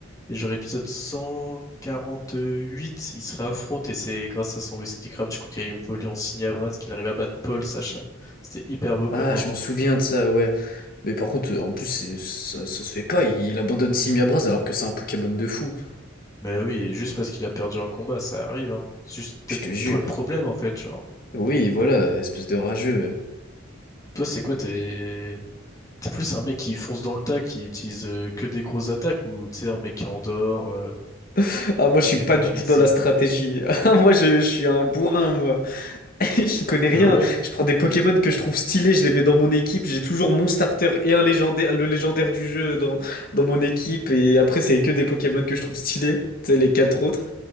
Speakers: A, on the left; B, on the left.
A: Et genre épisode 148 il se réaffronte et c'est grâce à son whisky crab du coup qui a évolué en Signabras qu'il arrive à battre Paul, Sacha. C'était hyper beau comme
B: Ah,
A: moment.
B: je me souviens de ça, ouais. Mais par contre, euh, en plus, c'est- ça, ça se fait pas. Il, il abandonne Simiabras alors que c'est un Pokémon de fou.
A: Mais oui, juste parce qu'il a perdu un combat, ça arrive, hein. C'est juste peut-être
B: Je te jure.
A: toi le problème en fait, genre.
B: Oui, voilà, espèce de rageux.
A: Toi c'est quoi, t'es... T'es plus un mec qui fonce dans le tas, qui utilise euh, que des grosses attaques, ou tu sais, un mec qui endort, euh,
B: <laughs> Ah, moi, je
A: et
B: suis
A: des
B: pas
A: paralysies.
B: du tout dans la stratégie. <laughs> Ah, moi, je, je suis un bourrin, moi. <laughs> Je connais rien.
A: Ah ouais?
B: Je prends des Pokémon que je trouve stylés, je les mets dans mon équipe. J'ai toujours mon starter et un légendaire, le légendaire du jeu dans, dans mon équipe. Et après, c'est que des Pokémon que je trouve stylés. Tu sais, les quatre autres.